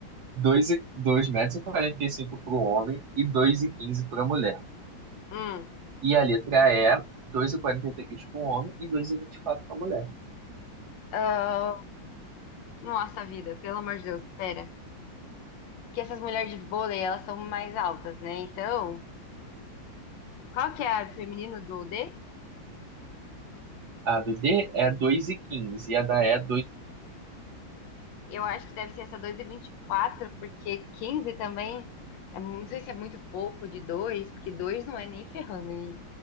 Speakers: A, on the right; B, on the left.
A: dois e- dois metros e 45 para o homem e dois e quinze para a mulher.
B: Hum.
A: E a letra E, 2,43 para o homem e dois e e vinte e quatro para a mulher.
B: ah, Nossa vida, pelo amor de Deus, pera. Que essas mulheres de vôlei, elas são mais altas, né? Então, qual que é a feminino do D?
A: A do D é dois e quinze e a da E é
B: Eu acho que deve ser essa dois e e vinte e quatro porque 15 também, é mu- não sei se é muito pouco de dois porque 2 não é nem ferrando, e